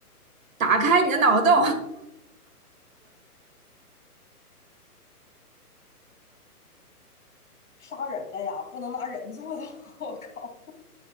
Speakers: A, on the right; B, on the left.
A: 打开你的脑洞，
B: 杀人了呀，不能拿人做的。<laughs> 我靠